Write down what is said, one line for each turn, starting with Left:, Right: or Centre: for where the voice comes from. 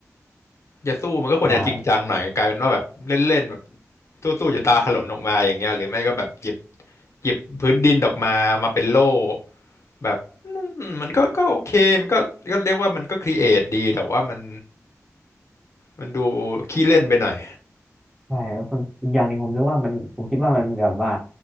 Left: จะสู้มันก็ควรจะจริงจังหน่อยกลายเป็นว่าแบบเล่นๆแบบ
Centre: ใช่
Left: สู้ๆจะตาถลนออกมาอย่างเงี้ยหรือไม่ก็แบบหยิบ หยิบพื้นดินออกมามาเป็นโล่แบบอืมมันก็ก็โอเคมันก็ก็เรียกว่ามันก็ครีเอทดีแต่ว่ามันมันดูขี้เล่นไปหน่อย
Centre: ใช่แล้วคนอีกอย่างหนึ่งผมนึกว่ามันผมคิดว่ามันแบบว่า